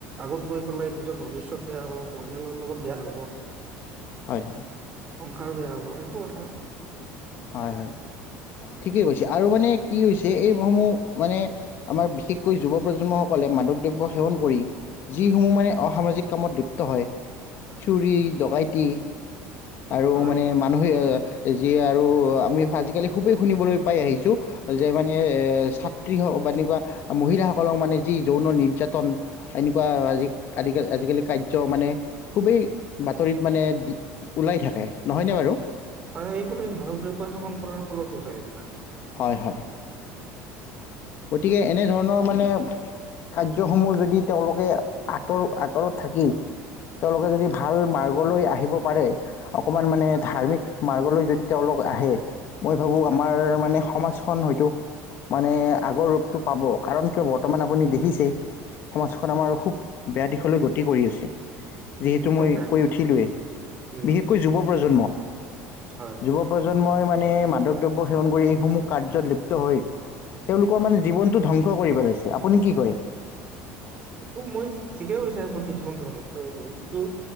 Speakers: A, on the right; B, on the left.
A: আগত গৈ পেলাই নিজৰ ভৱিষয়ত বেয়া হ'ব পৰিয়ালৰ লগত বেয়া হ'ব
B: হয় হয়
A: সংসাৰ বেয়া হ'ব সেইটো কথা।
B: হয় হয় ঠিকেই কৈছে আৰু মানে কি হৈছে এইসমূহ মানে আমাৰ বিশেষকৈ যুৱ প্ৰজন্মসকলে মাদক দ্ৰব্য সেৱন কৰি যিসমূহ মানে অসামাজিক কামত লিপ্ত হয় চুৰী ডকাইতি আৰু
A: হয়
B: মানে মানুহে যিয়ে আৰু আমি আজিকালি খুবেই শুনিবলৈ পাই আহিছো যে মানে এ ছাত্ৰী বা এনেকোৱা মহিলাসকলক মানে যি যৌন নিৰ্যাতন এনেকোৱা আজি আজিকালি কাৰ্য মানে খুবেই বাতৰিত মানে ওলাই থাকে নহয়নে বাৰু
A: হয় হয় এইবোৰ মানৱ দ্ৰব্য সেৱন কৰাৰ ফলতেই হয় এইবিলাক
B: হয় হয় গতিকে এনেধৰণৰ মানে কাৰ্যসমূহ যদি তেওঁলোকে আঁতৰ আঁতৰত থাকি তেওঁলোকে যদি ভাল মাৰ্গলৈ আহিব পাৰে অকমান মানে
A: হয়
B: ধাৰ্মিক মাৰ্গলৈ যদি তেওঁলোক আহে মই ভাবো
A: হয়
B: আমাৰ মানে সমাজ খন হয়তো মানে আগৰ ৰূপটো পাব কাৰণ কিয় বৰ্তমান আপুনি দেখিছেই সমাজখন আমাৰ খুব বেয়া দিশলৈ গতি কৰি আছে
A: উম
B: যিহেতু
A: একদম
B: মই
A: বেয়া
B: কৈ উঠিলোৱেই
A: উম
B: বিশেষকৈ
A: উম
B: যুৱ প্ৰজন্ম
A: হয়
B: যুৱ প্ৰযন মই মানে মাদক দ্ৰব্য সেৱন কৰি এইসমূহ কাৰ্যত লিপ্ত হৈ তেওঁলোকৰ মানে জীৱনটো ধ্বংস কৰি পেলাইছে আপুনি কি কয়?
A: এইটো মই ঠিকে কৈছা পৃথিৱীখন জীৱন ধংস হৈছে ইটো